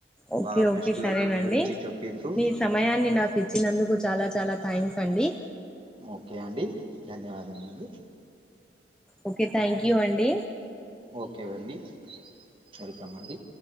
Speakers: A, in the centre; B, on the right.
A: ఓకే
B: బాగా
A: ఓకే
B: ఫెస్టివల్ది
A: సరేనండి
B: వివరించి చెప్పిండ్రు
A: మీ సమయాన్ని నాకు ఇచ్చినందుకు చాలా చాలా థ్యాంక్స్ అండి
B: ఓకే అండి ధన్యవాదములు
A: ఓకే థ్యాంక్ యూ అండి
B: ఓకే వెండి వెల్కమ్ అండి